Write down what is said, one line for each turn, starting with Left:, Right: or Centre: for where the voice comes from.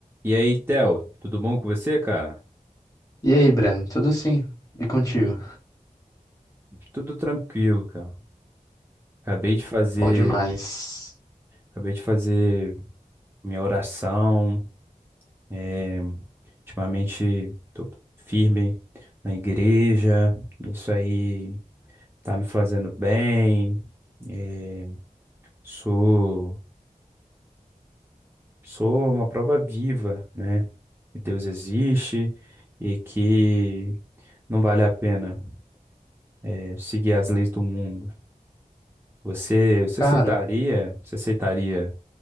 Right: E aí, Theo, tudo bom com você, cara?
Left: E aí, Breno, tudo sim? E contigo?
Right: Tudo tranquilo, cara. Acabei de fazer,
Left: Bom demais.
Right: acabei de fazer minha oração. É, Ultimamente tô firme na igreja. Isso aí tá me fazendo bem. É, sou, sou uma prova viva, né? Que Deus existe e que não vale a pena, é, seguir as leis do mundo. Você, você
Left: Cara,
Right: aceitaria? Você aceitaria?